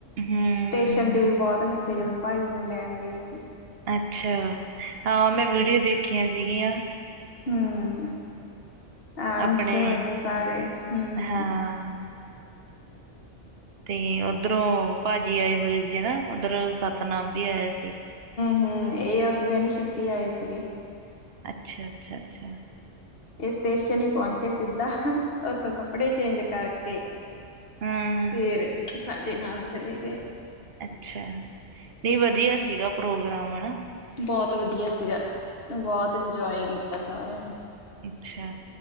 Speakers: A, on the right; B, on the left.
A: ਹਮ
B: ਸਟੇਸ਼ਨ ਤੇ ਵੀ ਬਹੁਤ ਨੱਚੇ। ਜਦੋਂ ਭਾਜੀ ਨੂੰ ਲੈਣ ਗਏ ਸੀ।
A: ਅੱਛਾ। ਹਾਂ ਮੈਂ ਵੀਡੀਓ ਦੇਖੀਆਂ ਸੀਗੀਆਂ।
B: ਹਮ ਆਹ ਅੰਸ਼
A: ਆਪਣੇ
B: ਹੋਨੀ ਸਾਰੇ ਹਮ
A: ਹਾਂ ਤੇ ਉੱਧਰੋਂ ਭਾਜੀ ਆਏ ਹੋਏ ਸੀ ਹਨਾ। ਉੱਧਰ ਸਤਨਾਮ ਵੀ ਆਇਆ ਸੀ।
B: ਹਮ, ਇਹ ਉਸ ਦਿਨ ਹੀ ਛੁੱਤੀ ਆਈ ਸੀਗੀ
A: ਅੱਛਾ, ਅੱਛਾ ਅੱਛਾ।
B: ਇਹ ਸਟੇਸ਼ਨ ਹੀ ਪਹੁੰਚੇ ਸਿੱਧਾ ਓਥੋਂ ਕੱਪੜੇ ਚੇਂਜ ਕਰਕੇ।
A: ਹਮ
B: ਫੇਰ ਸਾਡੇ ਨਾਲ ਚਲੇ ਗਏ
A: ਅੱਛਾ ਨਹੀਂ। ਵਧੀਆ ਸੀਗਾ ਪ੍ਰੋਗਰਾਮ ਹਨਾ।
B: ਬਹੁਤ ਵਧੀਆ ਸੀਗਾ। ਬਹੁਤ ਇੰਜੋਏ ਕੀਤਾ ਸੀ ਸਾਰਿਆਂ ਨੇ
A: ਅੱਛਾ,